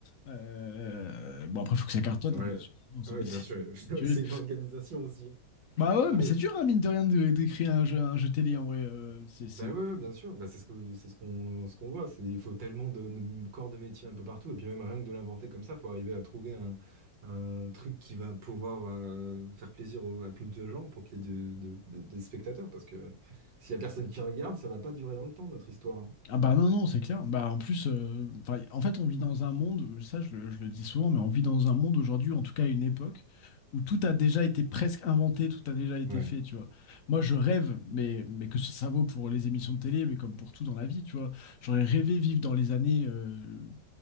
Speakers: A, on the left; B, on the right.
A: Euh, bon, après, faut que ça cartonne,
B: ouais,
A: hein, bien sûr. Sinon, c'est-
B: ouais,
A: <laughs>
B: bien sûr.
A: c'est-
B: <laughs>
A: c'est-
B: C'est une organisation aussi. hein.
A: Bah ouais,
B: Pareil,
A: mais c'est dur, hein, mine de rien, de- d'écrire un jeu, un jeu télé, en vrai. euh, c'est, c'est-
B: Ben oui, oui, bien sûr. Ben, c'est ce que c'est ce qu'on ce qu'on voit. C'est il faut tellement de, de corps de métier un peu partout. Et puis même rien que de l'inventer comme ça, faut arriver à trouver un, un truc qui va pouvoir euh, faire plaisir au- à plus de gens pour qu'il y ait de, de- de- des spectateurs. Parce que s'il y a personne qui regarde, ça va pas durer dans le temps notre histoire. hein.
A: Ah bah non, non, c'est clair. Bah en plus, euh, enfin, en fait, on vit dans un monde, ça je le, je le dis souvent, mais on vit dans un monde aujourd'hui, en tout cas à une époque, où tout a déjà été presque inventé, tout a déjà été
B: Ouais.
A: fait, tu vois. Moi, je rêve, mais, mais que ça vaut pour les émissions de télé, mais comme pour tout dans la vie, tu vois. J'aurais rêvé vivre dans les années, euh,